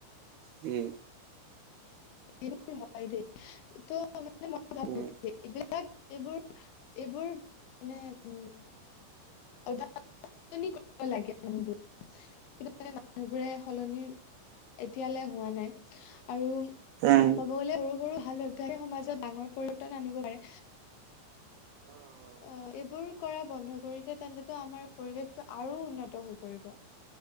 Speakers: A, on the right (about 75°); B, on the left (about 75°).
A: উম।
B: এইবোৰ হয় দেই ত মানে মই ভাবো
A: উম,
B: দেই এইবিলাক- তাক, এইবোৰ, এইবোৰ মানে উম লাগে মানু্হ বোৰ। কিন্তু মানে, মানুহবোৰে সলনি এতিয়ালৈ হোৱা নাই আৰু
A: উম, উম, উম,
B: কবলে গ'লে সৰু সৰু ভাল অভ্যাসে সমাজত ডাঙৰ পৰিৱৰ্তন আনিব পাৰে। অ এইবোৰ কৰা বন্ধ কৰি দিয়ে তেন্তটো আমাৰ পৰিৱেশটো আৰু উন্নত হৈ পৰিব।